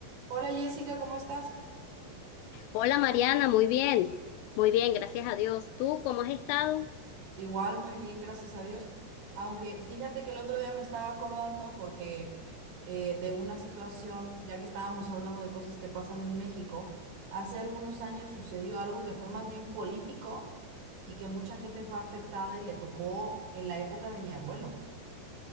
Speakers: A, on the right; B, on the left.
A: Hola Jessica, ¿cómo estás?
B: Hola Mariana, muy bien, muy bien, gracias a Dios. ¿Tú cómo has estado?
A: Igual, muy bien, gracias a Dios. Aunque fíjate que el otro día me estaba acordando porque eh, de una situación, ya que estábamos hablando de cosas que pasan en México, hace algunos años sucedió algo que fue más bien político y que mucha gente fue afectada y le tocó en la época de mi abuelo.